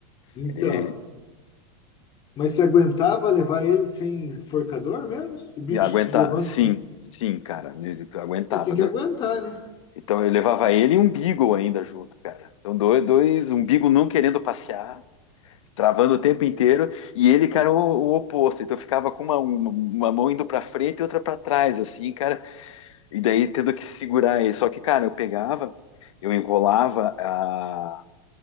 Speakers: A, on the left; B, on the left.
A: Então.
B: Ele
A: Mas você aguentava levar ele sem enforcador mesmo? O bicho
B: aguenta,
A: levando.
B: sim, sim, cara. Ele aguentava.
A: É, tem
B: No-
A: que aguentar, né?
B: Então eu levava ele e um Beagle ainda junto, cara. Então dois, dois- um Beagle não querendo passear, travando o tempo inteiro, e ele, cara, o, o oposto. Então eu ficava com uma, uma, uma mão indo pra frente e outra pra trás, assim, cara. E daí tendo que segurar ele. Só que, cara, eu pegava, eu enrolava a,